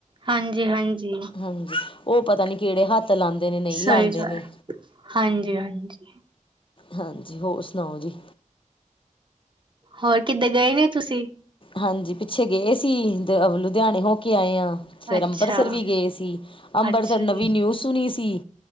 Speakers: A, on the right; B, on the left.
A: ਹਾਂਜੀ ਹਾਂਜੀ
B: ਹਾਂਜੀ ਉਹ ਪਤਾ ਨਹੀਂ ਕਿਹੜੇ ਹੱਥ ਲਾਉਂਦੇ ਨੇ ਨਹੀਂ
A: ।ਸਹੀ
B: ਲਾਉਂਦੇ
A: ਗੱਲ।
B: ਨੇ
A: ਹਾਂਜੀ ਹਾਂਜੀ।
B: ਹਾਂਜੀ ਹੋਰ ਸੁਣਾਓ ਜੀ।
A: ਹੋਰ ਕਿੱਦਾਂ? ਗਏ ਨੇ ਤੁਸੀ?
B: ਹਾਂਜੀ ਪਿੱਛੇ ਗਏ ਸੀ। ਦ ਲੁਧਿਆਣੇ ਹੋ ਕੇ ਆਏ ਆਂ। ਫੇਰ
A: ਅੱਛਾ
B: ਅੰਬਰਸਰ ਵੀ ਗਏ ਸੀ ਅੰਬਰਸਰ
A: ਅੱਛਾ
B: ਨਵੀਂ
A: ਜੀ
B: ਨਿਊਜ਼ ਸੁਣੀ ਸੀ।